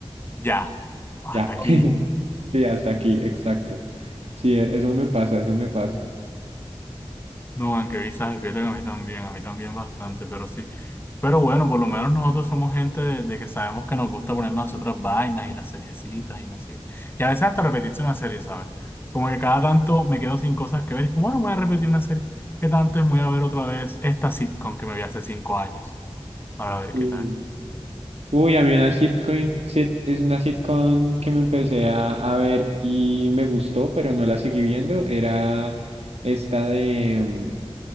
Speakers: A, on the left; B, on the right.
A: ya, hasta
B: ya,
A: aquí.
B: sí, hasta aquí, exacto, sí, e- eso me pasa, eso me pasa.
A: No, aunque visajes, fíjate que a mí también, a mí también bastante, pero sí. Pero bueno, por lo menos nosotros somos gente de, de que sabemos que nos gusta ponernos otras vainas y las seriecitas y no sé. Y a veces hasta repetirse una serie, ¿sabes? Como que cada tanto me quedo sin cosas que ver. Es como, bueno, voy a repetir una serie. ¿Qué tanto es? Voy a ver otra vez esta sitcom que me vi hace cinco años. Para ver
B: Sí.
A: qué tal.
B: Uy, a mí una sitcom, sit- es una sitcom que me empecé a, a ver y me gustó, pero no la seguí viendo. Era esta de, mm,